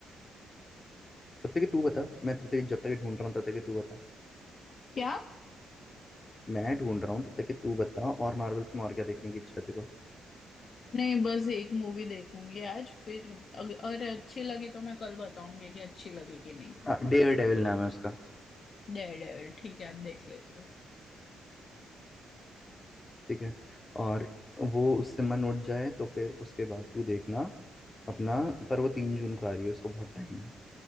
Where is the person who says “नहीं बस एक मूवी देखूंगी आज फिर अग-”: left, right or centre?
Left